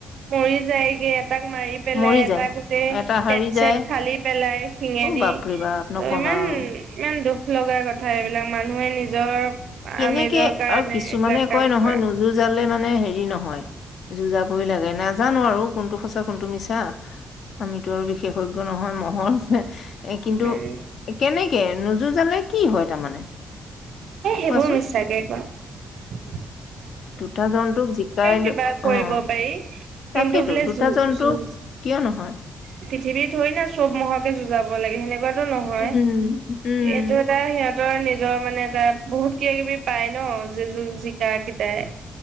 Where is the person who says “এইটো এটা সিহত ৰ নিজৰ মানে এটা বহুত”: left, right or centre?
Right